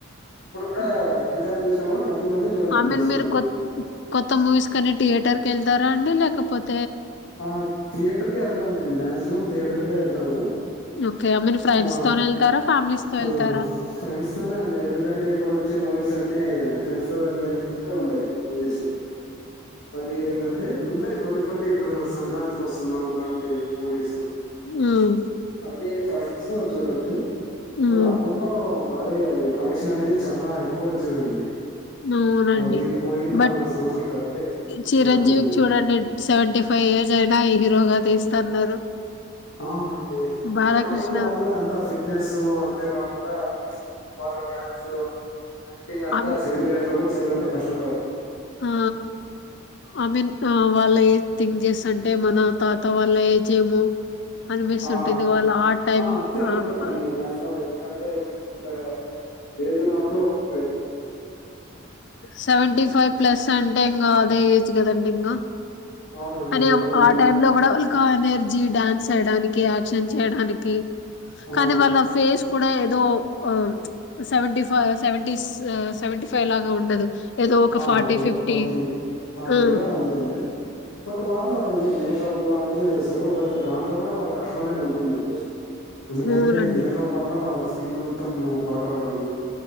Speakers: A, on the left; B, on the left.
A: ఇప్పుడు కూడా ఆ ఎన్ని చాల్ చూసినా కూడా మళ్ళీ మళ్ళీ చూడాలనిపిస్తుంది
B: ఆమిన్ మీరు కొత్ కొత్త మూవీస్ కని థియేటర్ కేల్ దరండి లేకపోత్
A: ఆ థియేటర్ కి ఎళ్తామ్ లెండ్ ఆ మక్సిమం థియేటర్ కే ఎళ్తాము
B: ఓకే ఐ మీన్ ఫ్రెండ్స్
A: ఆ
B: తోనే వెళ్తారా ఫ్యామిలీస్ తో
A: ఆ
B: వెళ్తారా
A: ఫ్రెండ్స్ తోనే అండి ఎందుకంటే ఇప్పుడు వచ్చే మూవీస్ అన్ మె అ ఆహ్ <unintelligible> వెళ్ళేటట్లు ఉంటాయి మూవీ సూ అది ఏదంటే ఉన్నాయి కొన్ని కొన్ని ఇప్పుడు సంక్రాంతికి వస్తున్నాం మూవీసు
B: ఓ
A: అదే ప్ సర్చ్ లో చూడొచ్చు
B: హ్మ్.
A: బట్ అప్పుట్లో భారీ అది కలెక్షన్ అనేది చాలా ఎక్కువ వచ్చేదండి
B: అవునండి
A: అది పోయిన
B: బట్
A: సంవత్సరం కదండి సంక్రాంతికి
B: చిరంజీవిక
A: వచ్చింది
B: చూడండి సెవెంటీ ఫైవ్ ఇయర్స్ జైనా హీరోగా తీస్తన్నారు
A: అవునండి
B: బాలకృష్ణ
A: అయినా కూడా వాళ్ళ అంత ఫిట్నెస్ అంతే కాకుండా. వాళ్ళు డ్యాన్సు ఆక్టింగ్ అంతా
B: అమి
A: సెవెంటీయర్స్ లో కూడా చేయాలంటే కష్టం కదా
B: ఆ అమీన్ వాళ్ళ థింక్ జేస్త అంటే మన తాత వాళ్ళ ఏజేమో. అనిపిస్తుంటుంది
A: ఆ
B: వాళ్ళ ఆ టైం
A: అంతే ఉంటుందండి
B: ఆహా
A: మాక్సిమం ఎందుకంటే ఇప్పుడు ఏజ్ ఉన్నప్పుడు వాళ్ళ
B: సెవెంటి ఫైవ్ ప్లస్ అంటే ఇంగా అదే ఏజ్ కదండి ఇంగా
A: అవునండి
B: అదే
A: ఇప్పుడు
B: ఆ టైమ్ లో కూడా వాళ్ళకా ఎనర్జీ జీ డాన్స్ వేయడానికి యాక్షన్ చేయడానికి
A: ఆ
B: కానీ వాళ్ల ఫేస్ కూడా ఏదో ఆ seventy five seventies seventy five లాగా ఉండదు ఏదో ఒక
A: ఆ
B: ఫార్టీ
A: అదే
B: ఫిఫ్టీ
A: ఫార్టీ లాంటిగా
B: ఆ
A: ఉంటుంది బట్ వార్నిలో ఏ మేకప్ లాంటివి వేస్తరు బట్ దాంట్లో కూడా వాళ్ళ కష్టం అనేది ఉంటుందండి ఎందుకంటే
B: అవునండి
A: మేకప్ వల్ల వాళ్ళ స్కిన్ మొత్తము పాడవడము